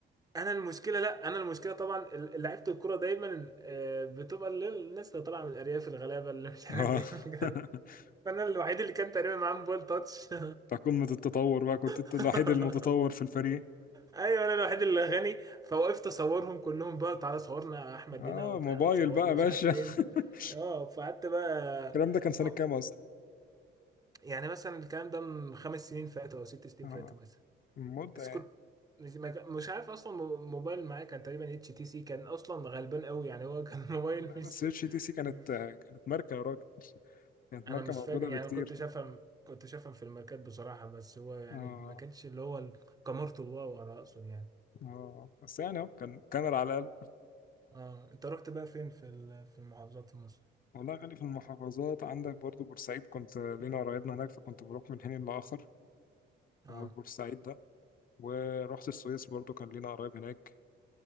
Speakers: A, on the right; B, on the left.
A: انا المشكله لا انا المشكله طبعا ال- لعيبه الكوره دايما آه، بتبقى اللي- الناس اللي طالعه من الارياف الغلابه اللي مش
B: اه
A: عارف ايه <laughs>
B: <laughs>
A: فانا الوحيد اللي كان تقريبا معاه موبايل تاتش
B: بتاع قمة التطور بقى كنت انت
A: <laughs>
B: الوحيد المتطور في الفريق
A: ايوه انا الوحيد اللي غني فوقفت اصورهم كلهم بقى تعالى صورنا يا احمد
B: اه
A: هنا وتعالى
B: موبايل
A: صورني
B: بقى يا باشا
A: مش عارف فين
B: <laughs>
A: اه فقعدت بقى
B: الكلام ده كان سنة
A: آه،
B: كام أصلا؟
A: يعني مثلا الكلام ده من خمس سنين فاتوا او ست سنين
B: آه.
A: فاتوا مثلا
B: مدة
A: بس
B: يعني
A: كنت مش ما كان- مش عارف اصلا م- موبايل معايا كان تقريبا اتش تي سي كان اصلا غلبان قوي يعني هو كان <laughs> موبايل
B: لا،
A: مش
B: بس اتش تي سي كانت
A: م-
B: كانت ماركة يا راجل كانت
A: انا
B: ماركة
A: مش
B: موجودة
A: فاكر يعني
B: بكتير
A: كنت شافهم كنت شافهم في الماركات بصراحة بس هو يعني
B: اه
A: ما كانش اللي هو ال- كاميرته الواو على اقصد يعني
B: اه بس يعني اهو كان كان على الأقل
A: اه انت رحت بقى فين في ال- في المحافظات في مصر
B: والله يا غالي في المحافظات عندك برضو بورسعيد كنت لينا قرايبنا هناك فكنت بروح من حين لآخر
A: اه
B: هو البورسعيد ده ورحت السويس برضو كان لينا قرايب هناك